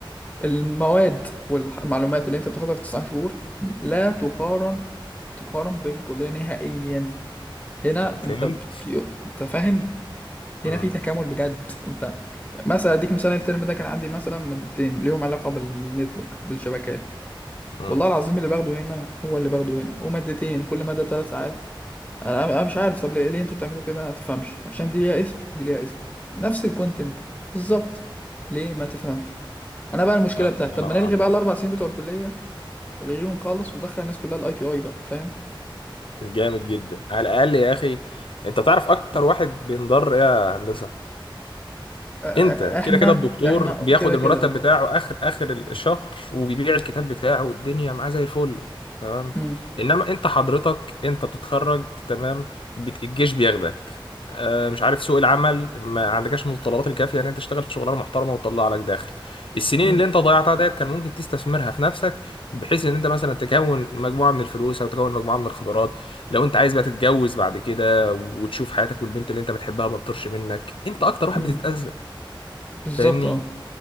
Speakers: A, on the left; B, on the left.
A: المواد والمعلومات اللي انت بتاخدها في تسع شهور لا تقارن تقارن بالكلية نهائيا هنا
B: فهمت
A: انت بت... انت فاهم هنا
B: امم
A: في تكامل بجد انت مثلا اديك مثال الترم ده كان عندي مثلا مادتين ليهم علاقة بالنتورك بالشبكات
B: امم
A: والله العظيم اللي باخده هنا هو اللي باخده هنا ومادتين كل مادة بثلاث ساعات انا انا مش عارف طب ليه, ليه انتوا بتعملوا كده ما تفهمش عشان دي ليها اسم دي ليها اسم نفس الكونتنت بالظبط ليه ما تفهمش انا بقى المشكله
B: اه
A: بتاعتي
B: الله
A: طب
B: ينور
A: ما نلغي
B: عليك
A: بقى الاربع سنين بتوع الكليه الغيهم خالص ودخل الناس كلها الاي تي اي بقى فاهم
B: جامد جدا على الاقل يا اخي انت تعرف اكتر واحد بينضر ايه يا هندسه
A: آه، آه،
B: انت
A: احنا
B: كده كده الدكتور
A: احنا
B: بياخد
A: كده
B: المرتب
A: كده اه
B: بتاعه اخر اخر الشهر وبيبيع الكتاب بتاعه والدنيا معاه زي الفل تمام
A: امم
B: انما انت حضرتك انت بتتخرج تمام بت- الجيش بياخدك آه مش عارف سوق العمل ما عندكش المتطلبات الكافيه ان انت تشتغل شغلانه محترمه وتطلع لك داخل السنين
A: امم
B: اللي انت ضيعتها ديت كان ممكن تستثمرها في نفسك بحيث ان انت مثلا تكون مجموعه من الفلوس او تكون مجموعه من الخبرات لو انت عايز بقى تتجوز بعد كده و- وتشوف حياتك والبنت اللي انت بتحبها ما تطرش منك انت اكتر واحد
A: امم
B: بتتاذى
A: بالظبط
B: فاهمني
A: اه